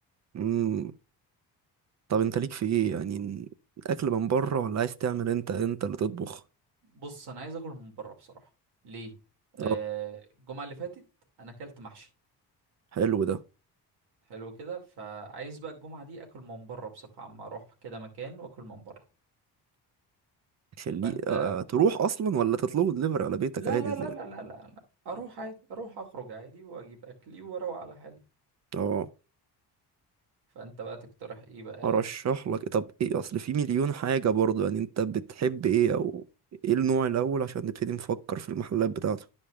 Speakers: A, on the right (about 45°); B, on the right (about 75°).
A: امم طب انت ليك في ايه يعني اكل من بره ولا عايز تعمل انت انت اللي تطبخ
B: بص انا عايز اكل من بره بصراحه ليه آه
A: اه
B: الجمعه اللي فاتت انا اكلت محشي
A: حلو ده
B: حلو كده فعايز بقى الجمعه دي اكل من بره بصفه عامه اروح كده مكان واكل من بره
A: خليه
B: فانت
A: آه، تروح اصلا ولا تطلبه دليفري على بيتك
B: لا
A: عادي
B: لا
A: ازاي
B: لا لا لا لا لا. اروح عادي اروح اخرج عادي واجيب اكلي واروق على حالي
A: اه
B: فانت بقى تقترح ايه بقى
A: ارشح لك طب ايه اصل في مليون حاجة برضه يعني انت بتحب ايه او ايه النوع الاول عشان نبتدي نفكر في المحلات بتاعته